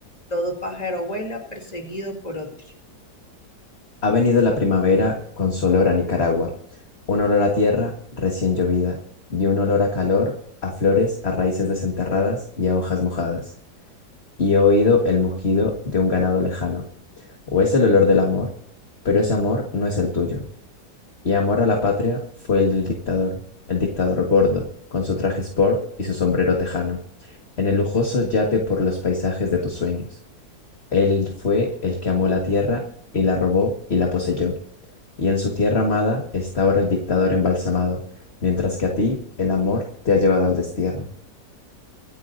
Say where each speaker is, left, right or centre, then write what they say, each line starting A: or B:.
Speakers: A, on the left; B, on the left.
A: Todo pájaro vuela perseguido por otro.
B: Ha venido la primavera con su olor a Nicaragua, un olor a tierra recién llovida y un olor a calor, a flores, a raíces desenterradas y a hojas mojadas. Y he oído el mugido de un ganado lejano o es el olor del amor, pero ese amor no es el tuyo. Y amor a la patria fue el del dictador, el dictador gordo, con su traje sport y su sombrero tejano, en el lujoso yate por los paisajes de tus sueños. Él fue el que amó la tierra y la robó y la poseyó. Y en su tierra amada está ahora el dictador embalsamado, mientras que a ti el amor te ha llevado al destierro.